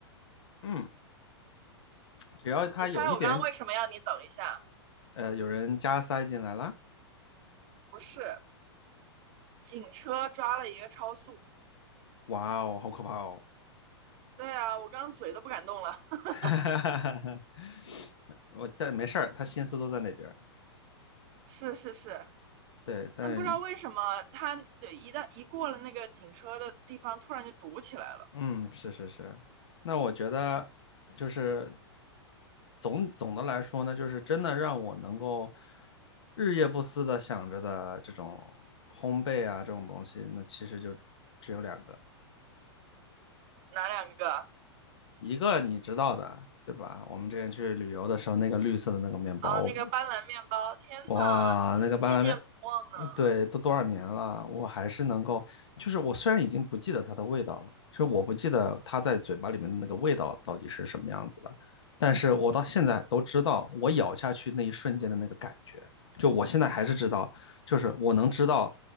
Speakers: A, on the left; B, on the right.
A: 嗯，只要它有一点，
B: 你猜我刚刚为什么要你等一下？
A: 呃，有人加塞进来了，
B: 不是，警车抓了一个超速。
A: 哇哦，好可怕哦！
B: 对啊，我刚刚嘴都不敢动了。<laughs>
A: <laughs> 我在没事儿，他心思都在那边
B: 是是是，
A: 对，但是
B: 但不知道为什么他一旦一过了那个警车的地方，突然就堵起来了。
A: 嗯，是是是，那我觉得就是总总的来说呢，就是真的让我能够日夜不思的想着的这种烘焙啊这种东西，那其实就只有两个，
B: 哪两个？
A: 一个你知道的，对吧？我们之前去旅游的时候，那个绿色的那个面包，
B: 哦，
A: 我
B: 那个斑斓面包，天呐，
A: 哇，
B: 你真是念念不忘呢。
A: 那个巴拿面呃，对，都多少年了，我还是能够，就是我虽然已经不记得它的味道了，就是我不记得它在嘴巴里面的那个味道到底是什么样子的，但是我到现在都知道，我咬下去那一瞬间的那个感觉，就我现在还是知道，就是我能知道，